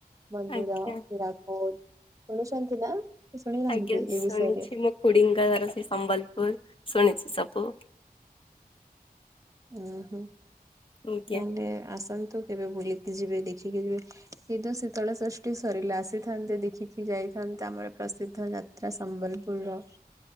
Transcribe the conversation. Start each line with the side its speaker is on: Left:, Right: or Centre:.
Right: ମନ୍ଦିର
Left: ଆଜ୍ଞା।
Right: ହୀରାକୁଦ ଶୁଣିଛନ୍ତି ନା କି ଶୁଣିନାହାନ୍ତି
Left: ଆଜ୍ଞା ଶୁଣିଛି
Right: ଏ ବିଷୟରେ?
Left: ମୋ ଖୁଡିଙ୍କ ଘର ସେ ସମ୍ବଲପୁର ଶୁଣିଚି ସବୁ।
Right: ଉଁ ହୁଁ
Left: ଆଜ୍ଞା।
Right: ତାହେଲେ ଆସନ୍ତୁ କେବେ ବୁଲିକି ଯିବେ ଦେଖିକି ଯିବେ। ଏଇତ ଶୀତଳ ଷଷ୍ଠୀ ସରିଲା ଆସିଥାନ୍ତେ ଦେଖିକି ଯାଇଥାନ୍ତେ ଆମର ପ୍ରସିଦ୍ଧ ଜା ତ୍ରା ସମ୍ବଲପୁର ର